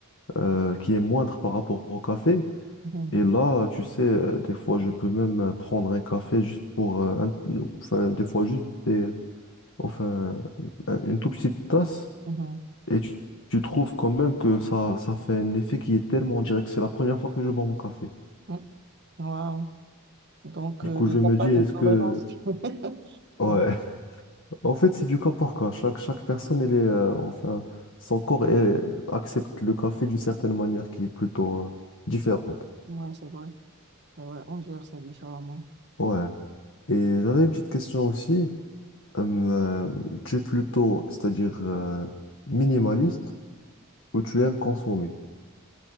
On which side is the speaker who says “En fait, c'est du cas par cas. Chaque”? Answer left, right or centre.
Left